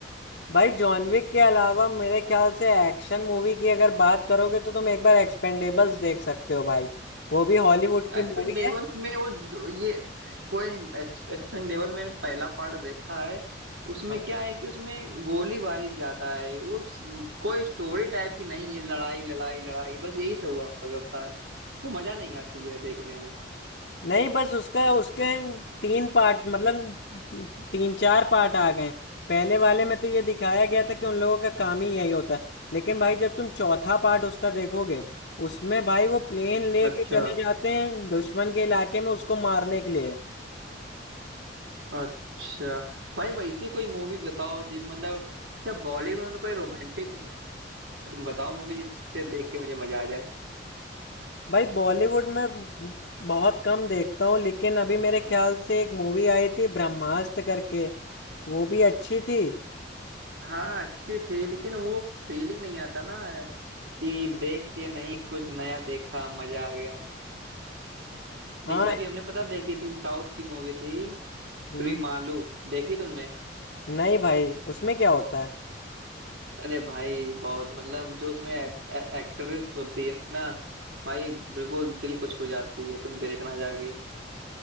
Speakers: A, on the left; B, on the right.
A: भाई जॉन विक के अलावा मेरे ख्याल से एक्शन मूवी की अगर बात करोगे तो तुम एक बार एक्सपेंडेबल्स देख सकते हो भाई वो भी हॉलीवुड की
B: एक्सपेंडेबल्स
A: मूवी है
B: में वो दो- ये कोई एक्सपेंडेबल मैंने पहला पार्ट देखा है उसमें
A: हाँ।
B: क्या है कि उसमें गोलीबारी ज्यादा है वो स- कोई स्टोरी टाइप की नहीं है लड़ाई लड़ाई लड़ाई बस यही सब हुआ करता है तो मजा नहीं आती है देखने में
A: नहीं बस उसका उसके तीन पार्ट मतलब तीन चार पार्ट आ गए हैं। पहले वाले में तो ये दिखाया गया था कि उन लोगों का काम ही यही होता है लेकिन भाई जब तुम चौथा पार्ट उसका देखोगे उसमें भाई वो प्लेन लेके
B: अच्छा
A: चले जाते हैं दुश्मन के इलाके में उसको मारने के लिए
B: अच्छा भाई वैसी कोई मूवी बताओ जी मतलब अच्छा बॉलीवुड में कोई रोमांटिक बताओ मूवी जिससे देख के मुझे मजा आ जाए
A: भाई बॉलीवुड में बहुत कम देखता हूँ लेकिन अभी मेरे ख्याल से एक मूवी आई थी ब्रह्मास्त्र करके वो भी अच्छी थी
B: हाँ अच्छी थी लेकिन वो फीलिंग नहीं आता ना कि देख के नहीं कुछ नया देखा मजा आ गया
A: हाँ
B: जैसे अभी हमने पता देखी थी साउथ की मूवी थी
A: हम्म
B: प्रीमालू देखी तुमने
A: नहीं भाई उसमें क्या होता है
B: अरे भाई बहुत मतलब जो उसमें एक्ट्रेस होती है ना भाई बिल्कुल दिल को छू जाती है तुम देखना जाके